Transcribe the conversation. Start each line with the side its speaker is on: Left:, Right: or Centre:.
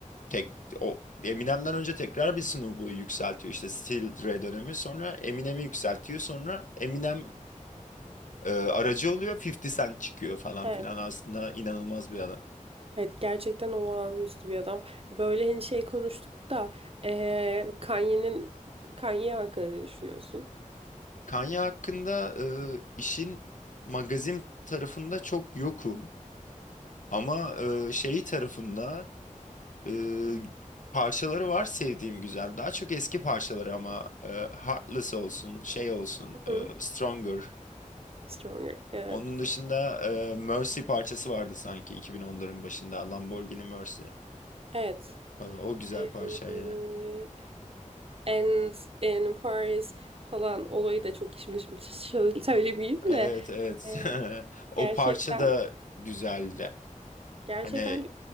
Left: Tek, o Eminem'den önce tekrar bir Snoop yükseltiyor işte Still Dre dönemi sonra Eminem'i yükseltiyor sonra Eminem e, aracı oluyor 50 Cent çıkıyor falan
Right: evet.
Left: filan aslında inanılmaz bir adam.
Right: Evet gerçekten olağanüstü bir adam. E, Böyle hani şey konuştuk da eee Kanye'nin Kanye hakkında ne düşünüyorsun?
Left: Kanye hakkında e, işin magazin tarafında çok yokum ama e, şeyi tarafında e, parçaları var sevdiğim güzel daha çok eski parçaları ama e, Heartless olsun şey olsun
Right: Hı hı.
Left: e, Stronger
Right: Stronger. Evet.
Left: Onun dışında e, Mercy parçası vardı sanki 2010'ların başında Lamborghini Mercy.
Right: Evet.
Left: E, o güzel
Right: Eee
Left: parçaydı.
Right: and in Paris falan olayı da çok şimdi şimdi şöyle <laughs> söylemeyeyim
Left: Evet
Right: de
Left: evet.
Right: eee,
Left: <laughs> O
Right: gerçekten
Left: parça da güzeldi.
Right: Gerçekten
Left: Hani